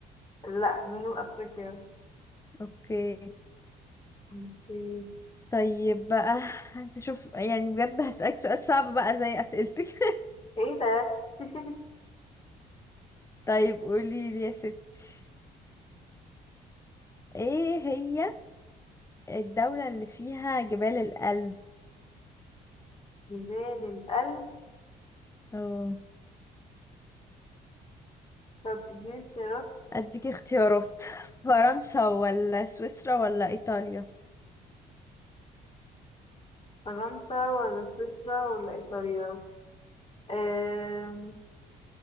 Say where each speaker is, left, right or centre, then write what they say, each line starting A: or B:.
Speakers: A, on the left (about 30°); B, on the left (about 15°).
A: لا جنوب أفريقيا
B: اوكي
A: أوكي.
B: طيب بقى عايز اشوف يعني بجد هسألك سؤال صعب بقى زي اسئلتك <laughs>
A: ايه ده <laughs>
B: طيب قولي لي يا ستي ايه هي الدولة اللي فيها جبال الألب
A: جبال الألب
B: اه
A: طب اديني اختيارات
B: اديك اختيارات <laughs> فرنسا ولا سويسرا ولا ايطاليا
A: فرنسا ولا سويسرا ولا إيطاليا آم،